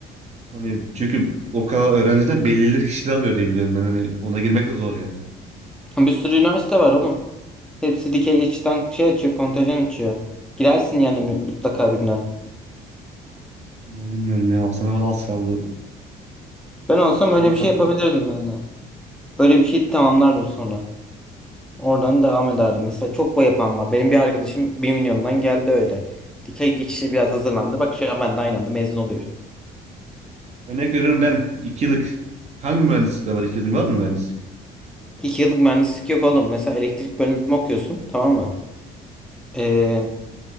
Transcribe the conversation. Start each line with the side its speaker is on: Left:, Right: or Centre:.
Right: Hani çünkü o kadar öğrenciden belirli kişiler alıyor diye biliyorum ben hani ona girmek de zor yani.
Centre: Bir sürü üniversite var oğlum. Hepsi dikey geçitten şey açıyor, kontajan açıyor. Girersin yani mu- mutlaka birine.
Right: Yani bilmiyorum ya sınava da az kaldı.
Centre: Ben olsam
Right: Senin
Centre: öyle bir
Right: katkın
Centre: şey yapabilirdim yani. Öyle bir şey tamamlardım sonra. Oradan devam ederdim. Mesela çok va yapan var. Benim bir arkadaşım bir milyondan geldi öyle. Dikey geçişe biraz hazırlandı. Bak şu an ben de aynı anda mezun oluyor.
Right: Örnek veriyorum ben iki yıllık hangi mühendislikte var iki yıllık var mı mühendislik?
Centre: 2 yıllık mühendislik yok oğlum. Mesela elektrik bölümü okuyorsun tamam mı? Ee,